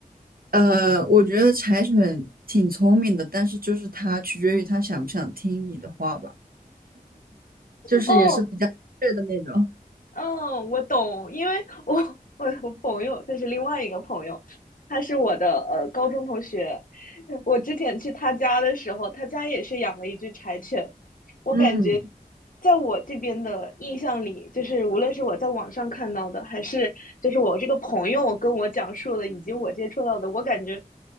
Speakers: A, on the right; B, on the left.
A: 呃，我觉得柴犬挺聪明的，但是就是它取决于它想不想听你的话吧，就是也是比较倔的那种。
B: 哦，嗯，我懂，因为我我我朋友这是另外一个朋友，他是我的呃高中同学。我之前去他家的时候，他家也是养了一只柴犬。我感觉，
A: 嗯，
B: 在我这边的印象里，就是无论是我在网上看到的，还是就是我这个朋友跟我讲述的，以及我接触到的，我感觉